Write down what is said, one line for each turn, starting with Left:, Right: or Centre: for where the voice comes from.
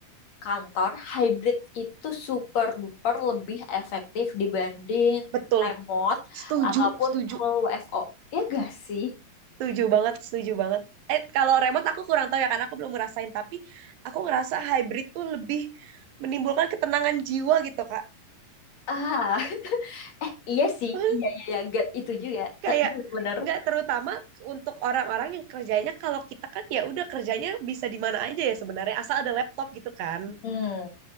Left: kantor, hybrid itu super duper lebih efektif dibanding
Right: Betul,
Left: remote
Right: setuju,
Left: ataupun
Right: setuju
Left: full WFO. Ya gak sih?
Right: Setuju banget, setuju banget. Eh, kalau remote aku kurang tahu ya karena aku belum ngerasain, tapi aku ngerasa hybrid tuh lebih menimbulkan ketenangan jiwa gitu, Kak.
Left: Ah, eh iya sih,
Right: <laughs>
Left: iya iya, iya. Ga- itu juga
Right: Kayak
Left: bener-bener.
Right: nggak terutama untuk orang-orang yang kerjanya kalau kita kan ya udah kerjanya bisa di mana aja ya sebenarnya asal ada laptop gitu kan.
Left: Hmm,